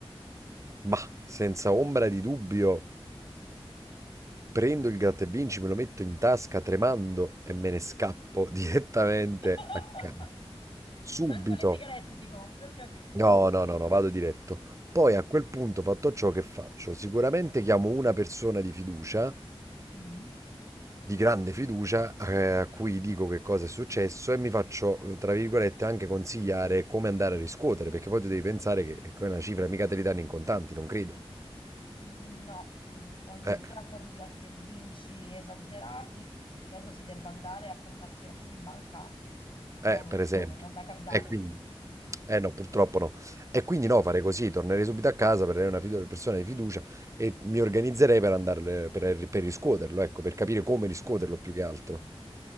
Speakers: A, on the right; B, on the left.
A: Ma senza ombra di dubbio, prendo il gratta e vinci, me lo metto in tasca tremando e me ne scappo <laughs> direttamente
B: <laughs>
A: a casa. Subito.
B: Manco le sigarette ti compri, ho capito.
A: No, no, no, no, vado diretto. Poi a quel punto, fatto
B: <laughs>
A: ciò che faccio, sicuramente chiamo una persona di fiducia
B: Mm.
A: di grande fiducia eh, a cui dico che cosa è successo e mi faccio, eh, tra virgolette, anche consigliare come andare a riscuotere, perché poi tu devi pensare che che una cifra mica te li danno in contanti, non credo.
B: No, mm, quando
A: Eh,
B: si tratta di gratta e vinci esagerati, credo si debba andare a fare una dichiarazione in banca. Mo'
A: eh,
B: non
A: per
B: lo so,
A: esempio.
B: non mi è mai capitato.
A: E quindi... Eh no, purtroppo no. E
B: <laughs>
A: quindi no, fare così, tornerei subito a casa, prenderei una fidu- persona di fiducia e mi organizzerei per andare per, per riscuoterlo, ecco, per capire come riscuoterlo più che altro.